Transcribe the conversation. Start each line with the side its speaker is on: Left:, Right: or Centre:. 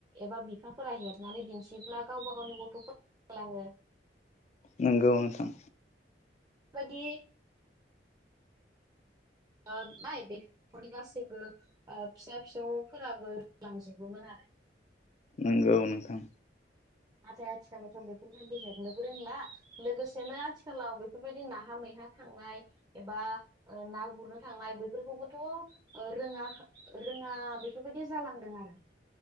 Right: एबा बिफाफोरा हेबनानै दिनथिब्ला गावबा गावनि गथ'फोरा रोंलाङो।
Left: नंगौ नोंथां
Right: बायदि ओ <unintelligible> बेफोरनि गासैबो ओ फिसा फिसौफोराबो रोंलांजोबोमोन आरो
Left: नंगौ नोंथां
Right: नाथाय आथिखालावथ' बेफोरबायदि हेबनोबो रोंला लोगोसेनो आथिखालाव बेफोरबायदि नाहा मैहा थांनाय एबा ओ ना गुरनो थांनाय बेफोरखौबोथ' ओ रोङा रोङा बेफोरबायदि जालांदों आरो